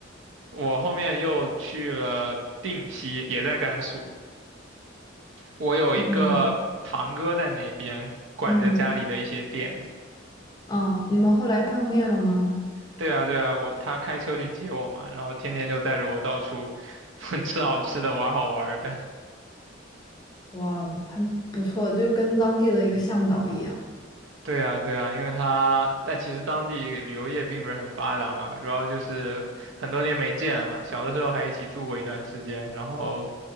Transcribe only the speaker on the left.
嗯嗯，哦，你们后来碰面了吗？
哇哦，还不错，就是跟当地的一个向导一样。